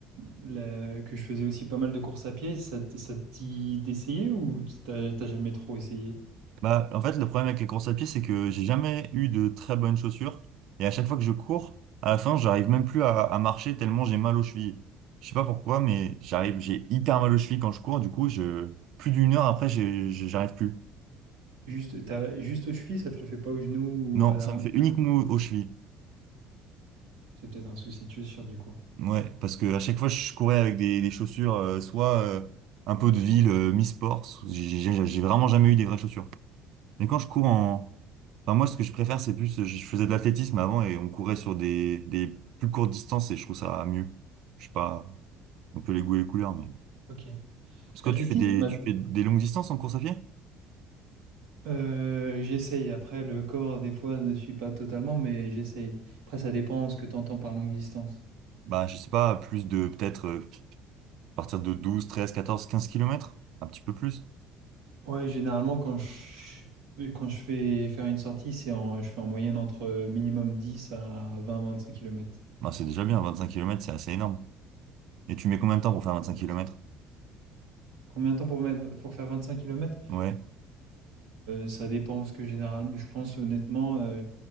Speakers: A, on the right; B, on the right.
A: le- que je faisais aussi pas mal de courses à pied, ça, te- ça te dit d'essayer ou t'as t'as jamais trop essayé?
B: Bah, en fait, le problème avec les courses à pied, c'est que j'ai jamais eu de très bonnes chaussures et à chaque fois que je cours, à la fin, j'arrive même plus à, à marcher tellement j'ai mal aux chevilles. Je sais pas pourquoi, mais j'arrive, j'ai hyper mal aux chevilles quand je cours. Du coup, je, plus d'une heure après, j'ai- j'arrive plus.
A: Juste, t'as, juste aux chevilles, ça te le fait pas aux genoux
B: Non,
A: ou à la
B: ça
A: hanche
B: me fait uniquement
A: ou-
B: aux chevilles.
A: C'est peut-être un souci, tu es sûr du coup.
B: Ouais, parce que à chaque fois je courais avec des, des chaussures, euh, soit euh, un peu de ville, euh, mi-sport, so- j'ai j'ai- j'ai vraiment jamais eu des vraies chaussures. Mais quand je cours en... Enfin moi ce que je préfère c'est plus, je faisais de l'athlétisme avant et on courait sur des, des plus courtes distances et je trouve ça mieux. Je sais pas, on peut les goûts et les couleurs, mais...
A: Ok.
B: Parce que
A: Athlétisme,
B: toi, tu fais des,
A: ma-
B: tu fais des longues distances en course à pied?
A: euh, j'essaye. Après, le corps, des fois, ne suit pas totalement, mais j'essaye. Après, ça dépend ce que tu entends par longue distance.
B: Bah je sais pas, plus de peut-être euh, à partir de 12 13 14 15 kilomètres, un petit peu plus.
A: Ouais, généralement, quand je, quand je fais faire une sortie, c'est en, je fais en moyenne entre minimum dix à vingt vingt-cinq km.
B: Bah, c'est déjà bien, 25 kilomètres c'est assez énorme. Et tu mets combien de temps pour faire 25
A: Oui.
B: kilomètres?
A: Combien de temps pour mettre, pour faire vingt-cinq kilomètres km?
B: ouais
A: ça dépend ce que généralement. Je pense honnêtement, euh,